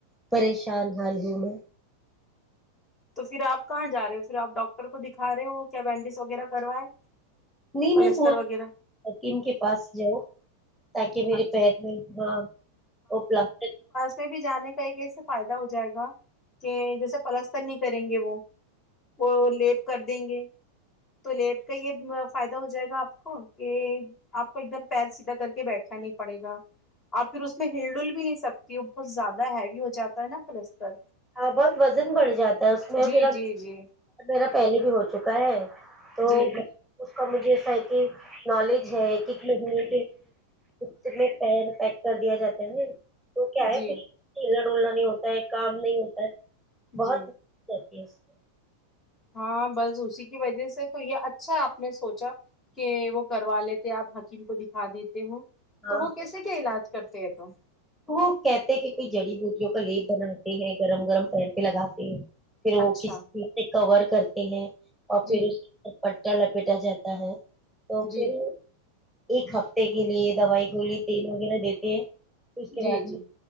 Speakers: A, in the centre; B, on the left.
A: پریشان حال ہوں میں
B: تو پھر آپ کہاں جا رہے ہو پھر آپ ڈاکٹر کو دکھا رہے ہو کیا بینڈیج وغیرہ کروائے
A: نہیں
B: پلستر
A: میں سوچ
B: وغیرہ
A: حکیم کے پاس جاؤ تاکہ میری
B: اچھا
A: پیر کی ہاں وہ پلاسٹک
B: اس میں بھی جانے کا ایک اس سے فائدہ ہو جائے گا کہ جیسے پلستر نہیں کریں گے وہ وہ لیپ کر دیں گے تو لیب کا یہ فائدہ ہو جائے گا آپ کو کہ آپ کو ایک دم پیر سیدھا کر کے بیٹھ نہیں پڑے گا آپ پھر اس میں ہلڈل بھی نہیں سکتے کے وہ بہت زیادہ ہیوی ہو جاتا ہے نا پلستر
A: ہاں بہت وزن بڑھ جاتا ہے اس میں
B: جی
A: میرا
B: جی جی
A: میرا پہلے بھی ہو چکا ہے تو
B: جی
A: اس کا مجھے ایسا ہے کہ نالج ہے کتنےدنوں کے لئے پیر پیک کر دیا جاتا ہے تو کیا ہے
B: جی
A: پھر ہلنا ڈلنا نہیں ہوتا ہے کام نہیں ہوتا ہے بہت
B: جی
A: <unintelligible>
B: ہاں بس اسی کی وجہ سے تو یہ اچھا آپ نے سوچا کہ وہ کروا لیتے آپ حکیم کو دکھا دیتے ہو تو
A: ہاں
B: وہ کیسے
A: ہاں
B: کے علاج کرتے ہیں تو
A: وہ کہتے ہیں کوئی جڑی بوٹیوں کا لیپ بناتے ہیں گرم گرم پیر پے لگاتے ہیں پھر وہ
B: اچھا
A: کسی چیز سے کور کرتے ہیں اور پھر
B: جی
A: اس پٹا لپیٹا جاتا ہے تو
B: جی
A: پھر ایک ہفتے کے لیے دوائی گولی تیل وغیرہ دیتے ہیں پھر اس کے
B: جی
A: بعد
B: جی
A: میں